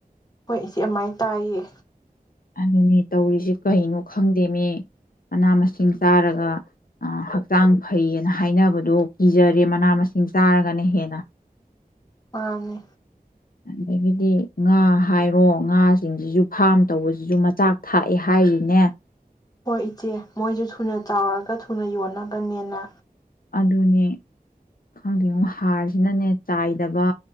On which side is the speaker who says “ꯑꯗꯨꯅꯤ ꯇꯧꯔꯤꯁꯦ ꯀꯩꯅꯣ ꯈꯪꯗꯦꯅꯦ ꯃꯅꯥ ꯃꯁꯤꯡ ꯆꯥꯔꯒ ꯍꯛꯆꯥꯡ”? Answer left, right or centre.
Left